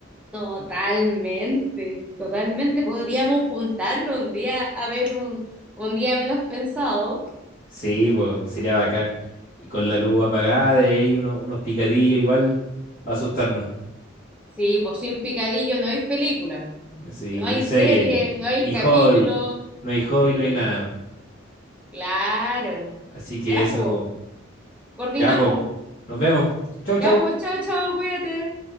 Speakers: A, in the centre; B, on the left.
A: Totalmente, totalmente. Podríamos juntarnos un día a ver un, un día menos pensado.
B: Sí, pues sería bacán. Y con la luz apagada y ahí uno- unos picadillos igual va a asustarnos.
A: Sí, pues sin picadillo no hay película.
B: Sí,
A: No
B: pues
A: hay
B: ni serie,
A: serie, no hay
B: ni
A: capítulo.
B: hobby. No hay hobby,
A: Sí,
B: no hay nada.
A: claro.
B: Así que
A: Ya,
B: eso,
A: pues,
B: pues.
A: coordinamos.
B: Ya, pues. Nos vemos. Chau, chau.
A: Ya, pues, chao, chao, cuídate.